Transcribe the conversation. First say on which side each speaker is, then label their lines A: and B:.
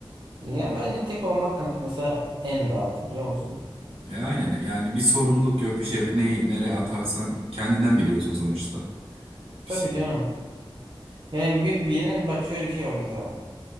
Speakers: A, on the right; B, on the right.
A: Yani bence tek olmak kanka mesela en rahatı biliyor musun?
B: E, aynen yani bir sorumluluk yok bir şey yok. Neyi nereye atarsan kendinden biliyorsun sonuçta. Bir
A: Tabii
B: şey.
A: canım. Yani bir, birinin bak şöyle bir şey var mesela.